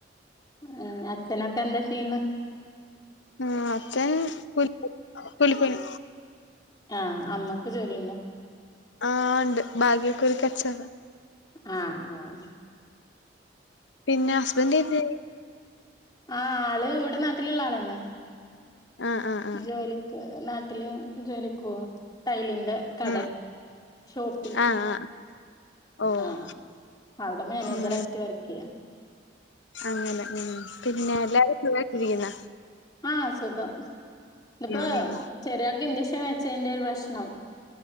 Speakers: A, on the left (about 20°); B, on the left (about 70°).
A: ഉം അച്ഛനൊക്കെന്ത് ചെയ്യന്നു?
B: ആ അച്ഛൻ പുൽ പുലിപുലി.
A: ആ അമ്മക്ക് ജോലിണ്ടോ?
B: ആ ഒണ്ട് ഭാഗ്യക്കുറിക്കച്ചവടം.
A: ആ ആ
B: പിന്നെ ഹസ്ബൻഡെന്ത്യ്യ്
A: ആ ആള് വിടെ നാട്ടിലുള്ളാളന്നെ.
B: ആഹ് ആഹ് ആഹ്
A: ജോലിക്ക് നാട്ടില് ജോലിക്കുവോ ടൈല്? കട
B: ഉം
A: ഷോപ്പില്
B: ആഹ് ആഹ് ഓഹ്
A: ആ അവ്ടെ മാനേജറായിട്ട്
B: ഉം
A: വർക്കെയ്യ.
B: അങ്ങനെ ഉം പിന്നെ എല്ലാരും സുഖായിട്- ഇരിക്കുന്നോ?
A: ആ സുഖം ഇപ്പോ
B: ഉം ഉം
A: ചെറിയാക്കില്ലിഷ് കെ വെച്ചേന്റെ ഒരു പ്രശ്നം.